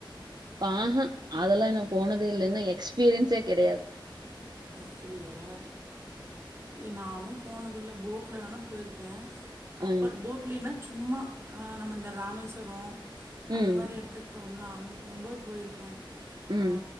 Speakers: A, on the right; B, on the right.
A: ஆஹ அதெல்லா நா போனதே இல்ல என்ன எக்ஸ்பீரியன்ஸே கெடயாது
B: அப்டியா எ நானு போனதுல்ல போட்ல வேணா போயிருக்கே கப்பல்
A: அ.
B: போட்லேனா சும்மா அ நம்மந்த ராமேஸ்வரோ
A: ம்.
B: அந்த மாரி எடத்துக் போ வொம்ல அங்க போம்போது போயிருக்கே
A: ம்.
B: ஆ